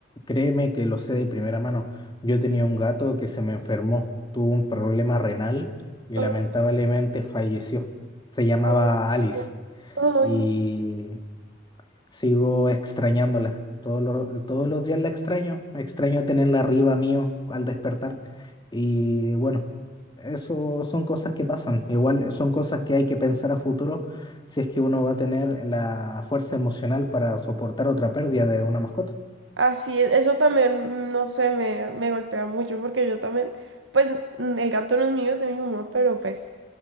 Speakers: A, on the left (about 25°); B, on the right (about 80°).
A: créeme que lo sé de primera mano. Yo tenía un gato que se me enfermó, tuvo un problema renal y
B: Ah,
A: lamentablemente falleció. Se llamaba
B: ah,
A: Alice.
B: no,
A: Y
B: ay, no.
A: Sigo extrañándola. Todos los, todos los días la extraño. Extraño tenerla arriba mío al despertar. Y bueno, eso son cosas que pasan. Igual son cosas que hay que pensar a futuro si es que uno va a tener la fuerza emocional para soportar otra pérdida de una mascota.
B: Así es, eso también, mm, no sé, me, me golpea mucho porque yo también, pues mm, el gato no es mío, es de mi mamá, pero pues